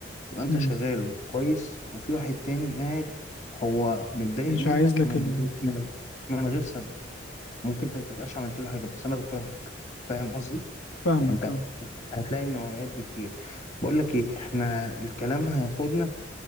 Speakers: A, on the left; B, on the left.
A: تبقى أنت
B: مم.
A: شغال وكويس وفي واحد تاني قاعد هو متضايق
B: مش
A: منك
B: عايز لك
A: من
B: ال...
A: غير- من من غير سبب ممكن أنت ما تبقاش عملت له حاجة بس أنا بكرهك فاهم قصدي؟
B: فاهمك
A: يعني أنت
B: اه
A: هت- هتلاقي النوعيات دي كتير بقول لك إيه إحنا الكلام هياخدنا